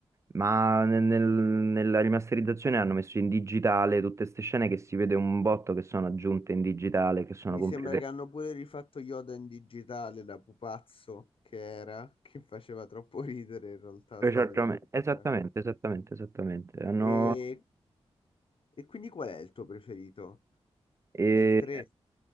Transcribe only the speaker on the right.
Ma nel- nel- nella rimasterizzazione hanno messo in digitale tutte queste scene che si vede un botto che sono aggiunte in digitale, che sono
computer.
Esattamente,
esattamente,
esattamente. esattamente. Hanno-
eh,